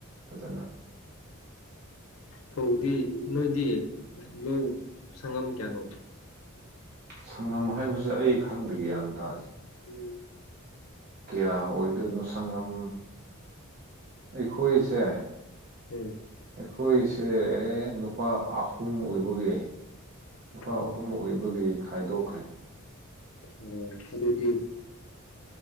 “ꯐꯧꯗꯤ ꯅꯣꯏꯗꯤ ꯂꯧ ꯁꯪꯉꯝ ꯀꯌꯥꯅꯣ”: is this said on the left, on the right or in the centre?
Left